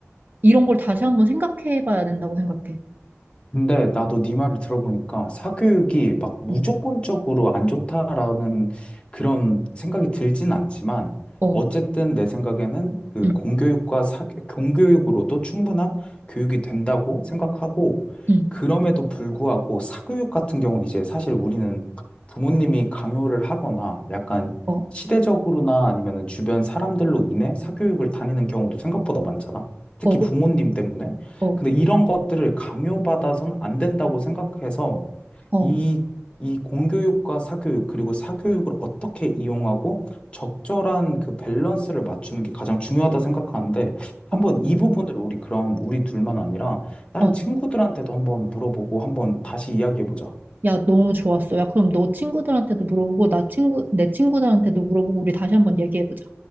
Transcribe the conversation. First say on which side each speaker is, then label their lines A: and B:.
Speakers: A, on the right; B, on the left.
A: 이런 걸 다시 한번 생각해 봐야 된다고 생각해.
B: 근데 나도 네 말을 들어보니까 사교육이 막 무조건적으로
A: 음,
B: 안 좋다라는 그런 생각이 들진 않지만
A: 어,
B: 어쨌든 내 생각에는 그
A: 응,
B: 공교육과 사, 공교육으로도 충분한 교육이 된다고 생각하고
A: 응,
B: 그럼에도 불구하고 사교육 같은 경우는 이제 사실 우리는 부모님이 강요를 하거나 약간
A: 어,
B: 시대적으로나 아니면 주변 사람들로 인해 사교육을 다니는 경우도 생각보다 많잖아. 특히
A: 어, 그-
B: 부모님 때문에.
A: 어,
B: 근데 이런 것들을 강요받아선 안 된다고 생각해서
A: 어,
B: 이, 이 공교육과 사교육, 그리고 사교육을 어떻게 이용하고 적절한 그 밸런스를 맞추는 게 가장 중요하다 생각하는데 한번
A: 어,
B: 이 부분을 우리 그럼 우리 둘만 아니라 다른
A: 어.
B: 친구들한테도 한번 물어보고 한번 다시 이야기해보자.
A: 야, 너무 좋았어. 야, 그럼 너 친구들한테도 물어보고, 나 친구, 내 친구들한테도 물어보고, 우리 다시 한번 얘기해 보자.